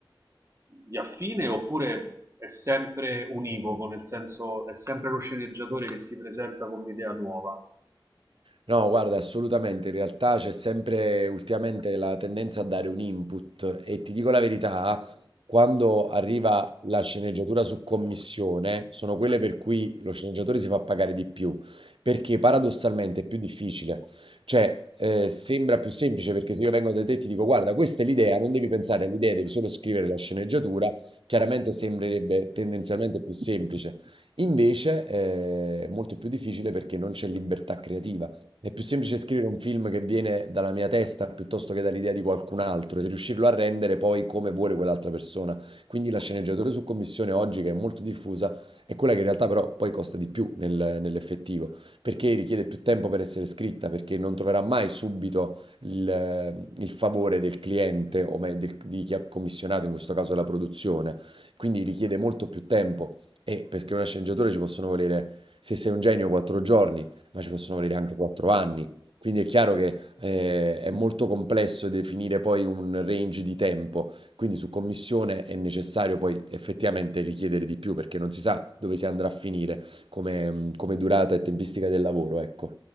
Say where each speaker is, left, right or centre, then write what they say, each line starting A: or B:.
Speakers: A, on the right; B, on the right.
A: di affine, oppure è sempre univoco, nel senso è sempre lo sceneggiatore che si presenta con un'idea nuova?
B: No, guarda, assolutamente, in realtà c'è sempre ultimamente la tendenza a dare un input e ti dico la verità, quando arriva la sceneggiatura su commissione, sono quelle per cui lo sceneggiatore si fa pagare di più, perché paradossalmente è più difficile. Cioè, eh, sembra più semplice perché se io vengo da te e ti dico, guarda, questa è l'idea, non devi pensare all'idea, devi solo scrivere la sceneggiatura, chiaramente sembrerebbe tendenzialmente più semplice. Invece, eh, è molto più difficile perché non c'è libertà creativa. È più semplice scrivere un film che viene dalla mia testa piuttosto che dall'idea di qualcun altro e riuscirlo a rendere poi come vuole quell'altra persona. Quindi la sceneggiatura su commissione oggi, che è molto diffusa, è quella che in realtà però poi costa di più nel- nell'effettivo, perché richiede più tempo per essere scritta, perché non troverà mai subito il, il favore del cliente o me- del- di chi ha commissionato, in questo caso la produzione. Quindi richiede molto più tempo e perché una sceneggiatura ci possono volere, se sei un genio, quattro giorni ma ci possono volere anche quattro anni. Quindi è chiaro che eh, è molto complesso definire poi un range di tempo, quindi su commissione è necessario poi effettivamente richiedere di più perché non si sa dove si andrà a finire come, come durata e tempistica del lavoro, ecco.